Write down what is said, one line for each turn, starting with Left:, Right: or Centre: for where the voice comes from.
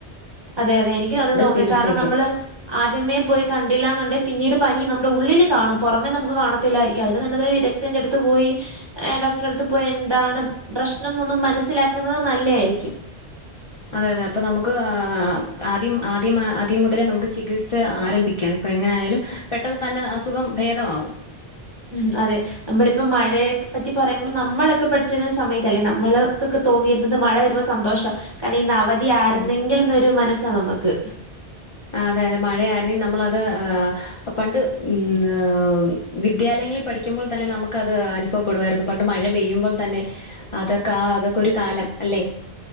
Right: അതെ അതെ എനിക്കും അത് തോന്നി
Left: ചികിത്സയ്ക്ക്
Right: കാരണം നമ്മള് ആദ്യമേ പോയി കണ്ടില്ല എന്നുണ്ടെകിൽ പിന്നീട് പനി നമ്മുടെ ഉള്ളിൽ കാണും പുറമെ നമുക്ക് കാണത്തില്ലായിരിക്കു അതിന് നല്ല ഒരു വിദഗ്ധം തന്റെടുത് പോയി ഡോക്ടറെ അടുത്ത് പോയി എന്താണ് പ്രശ്നം എന്ന് മനസ്സിലാക്കുന്നത് നല്ലയായിരിക്കും
Left: അതെ അതെ അപ്പൊ നമുക്ക് ആദ്യം ആദ്യം ആദ്യം മുതലേ നമുക്ക് ചികിത്സ ആരംഭിക്കും ഇപ്പെ എങ്ങനെ ആയാലും പെട്ടെന്ന് തന്നെ അസുഖം ഭേദമാവും
Right: ഉം അതെ നമ്മളിപ്പ മഴയെ പറ്റി പറയുമ്പോൾ നമ്മളൊക്കെ പഠിച്ചിരുന്ന സമയത്ത് അല്ലെ നമ്മൾക്കൊക്കെ തോന്നിയിരുന്നത് മഴ വരുമ്പോ സന്തോഷ കാരണം ഇന്ന് അവതി ആരുന്നെങ്കിൽ
Left: അതെ
Right: എന്നൊരു മനസ്സാ നമുക്ക്
Left: അതെ അതെ മഴയായിർന്ന നമ്മളത് പണ്ട് ഉം വിദ്യാലയങ്ങളിൽ പഠിക്കുമ്പോൾ തന്നെ നമുക്ക് അത് അനുഭവപ്പെടുവായിരുന്നു പണ്ട് മഴ പെയ്യുമ്പോൾ തന്നെ അതൊക്കെ അതൊക്കെ ഒരു കാലം അല്ലെ